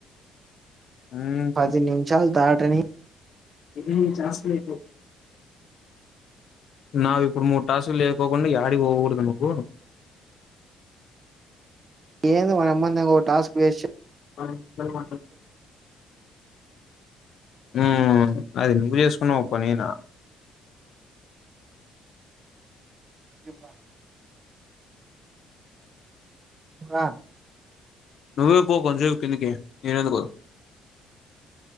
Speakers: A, on the left; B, on the right.
A: ఉమ్,
B: పది నిమిషాలు దాటని
A: డిగ్రీ చేస్తలేదు నావి ఇప్పుడు మూడు టాసులు లేకకుండా ఏడికీ పోకూడదు నువ్వు
B: ఏదో వాడు అన్నందుకు టాస్క్ చేసే
A: అ బల్కు హమ్ అది నువ్వు చేసుకున్నావు పని నా
B: శెభాష్ ఆ
A: నువ్వే పో కొద్దిసేపు కిందికి నేను ఎందుకు